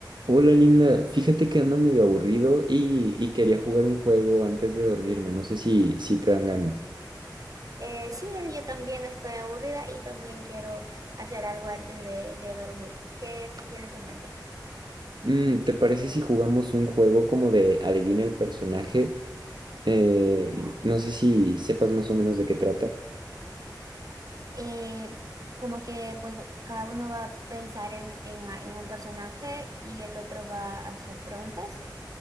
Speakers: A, on the right; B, on the right.
A: Hola Linda, fíjate que ando medio aburrido y, y quería jugar un juego antes de dormirme, no sé si, si te dan ganas.
B: Eh, sí, Del, yo también estoy aburrida y también quiero hacer algo antes de, de dormir. ¿Qué tienes en mente?
A: Mm, ¿te parece si jugamos un juego como de adivina el personaje? Eh,
B: Ya.
A: no sé si sepas más o menos de qué trata.
B: Eh, como que pues cada uno va a pensar en, en, ah, en un personaje y el otro va a hacer preguntas